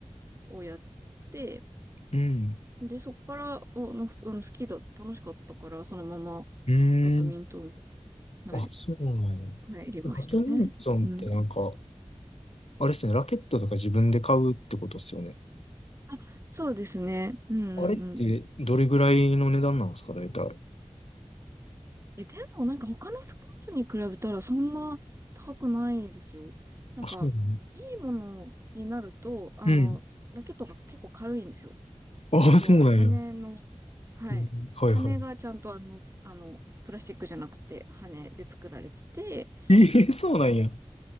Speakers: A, on the right (about 25°); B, on the left (about 70°).
A: をやって、
B: うん。
A: で、そっから、お、の、ふあの、好きだ、楽しかったから、そのまま
B: うーん。
A: バドミントン部に、はい、
B: あ、そうなんや。
A: 入りましたね。
B: バドミントンってなんか、
A: うん。
B: あれっすね、ラケットとか自分で買うってことっすよね。
A: あ、そうですね。うんうんうん。
B: あれってどれぐらいの値段なんですか、大体。
A: え、でもなんか他のスポーツに比べたらそんな高くないですよ。なんか、
B: あ、そうなの
A: いいものになると、あの、
B: うん。
A: ラケットが結構軽いんですよ。
B: あ、
A: あとは羽の、
B: そうなんや。
A: はい。
B: うんはいはい。
A: 羽がちゃんとあの、あの、プラスチックじゃなくて羽で作られてて、
B: ええそうなんや。